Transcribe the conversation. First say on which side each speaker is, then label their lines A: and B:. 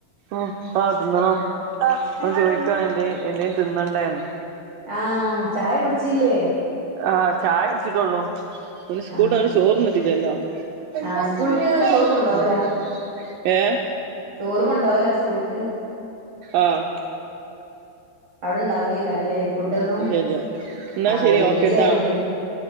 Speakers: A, on the right (about 75°); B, on the right (about 30°).
A: ആഹ് ആഹ് <unintelligible> <unintelligible> ചോദിക്കുവ എന്റെ എന്തയും തിന്നണ്ടായിന്ന്
B: ആഹ് ചായ കുടിച്ചില്ലേ
A: ആഹ് ചായ കുടിച്ചിട്ടള്ളൂ പിന്നെ സ്കൂലീനു
B: ആഹ്
A: വന്ന് ചോറ്ന്നിട്ടില്ലല്ലോ <unintelligible>
B: ആഹ് സ്കൂൾക്ക് ചോറ് കൊണ്ടോവലാ
A: ഏഹ്
B: ചോറ് കൊണ്ടാവല്ലോ സ്കൂൾക്ക്
A: ആഹ്
B: അവിടെണ്ടാവലേ കരല്ലേ ഫുഡ് ഒന്നും
A: ഇല്ല ഇല്ല എന്നാ
B: ആഹ്
A: ശരി
B: എൽ കെ
A: ഓക്കെട്ടാ
B: ജി ആയോണ്ട്